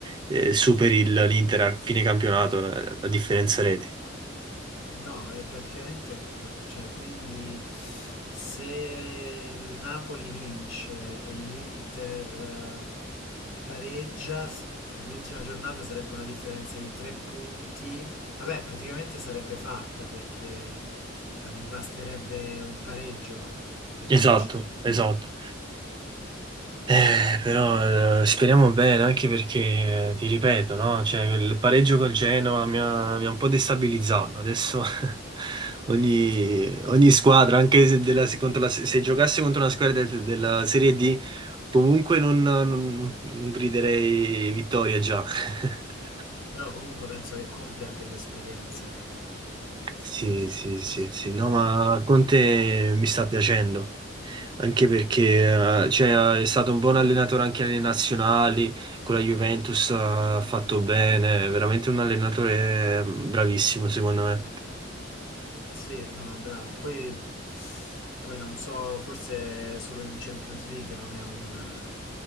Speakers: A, on the right; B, on the left.
A: eh, superi il- l'Inter a fine campionato, la, la differenza reti.
B: No, è praticamente, eh, cioè, quindi se il Napoli vince e l'Inter eh, pareggia, s- l'ultima giornata sarebbe una differenza di tre punti. Vabbè, praticamente sarebbe fatta perché ah, vi basterebbe un pareggio per
A: Esatto,
B: vincere.
A: esatto. Eh, però eh, speriamo bene, anche perché, eh, ti ripeto, no? Cioè, il pareggio col Genoa mi ha, mi ha un po' destabilizzato. Adesso <laughs> ogni, ogni squadra, anche se, della- se contro la- se giocasse contro una squadra del- della Serie D, comunque non, non- non griderei vittoria già. <laughs>
B: Però comunque penso che Conte abbia l'esperienza in questi
A: Sì,
B: casi, cioè,
A: sì,
B: nel senso...
A: sì, sì, no, ma Conte mi sta piacendo. Anche perché eh, cioè, è stato un buon allenatore anche alle nazionali, con la Juventus eh, ha fatto bene, è veramente un allenatore mm, bravissimo secondo me.
B: Sì, no, è bravo. Poi, poi non so, forse solo in Champions League non è un,